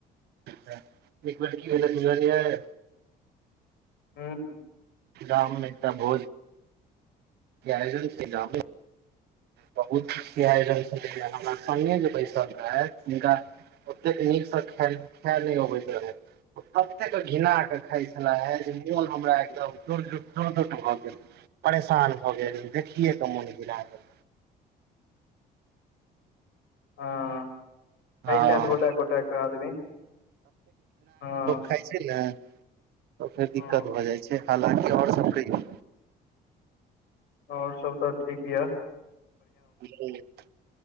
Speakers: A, on the right; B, on the left.
A: एक मिनट की <unintelligible> बुझलियै?
B: हूँ।
A: गाम मे एकटा भोज- केलजन के नाम पे। बहुत आयोजन छल हमरा संगे जे बैसल रहैथ हिनका- ओतेक नीकसँ खैर खाए नै अबैत रहे। कतेक घिना कऽ खाइ छेल्लाह जे मोन हमरा एकदम दड़ <unintelligible> भऽ गेल। परेशान भऽ गेल देखियए के मोन पीड़ा गेल।
B: हँ हइ
A: हँ
B: छैथ गोटेक गोटेक आदमी हँ।
A: खाय छै ने तऽ फेर
B: हँ
A: दिक्कत भऽ जाय छै हालाँकि और सब कहियौ?
B: और सब तऽ ठीक या।
A: <unintelligible>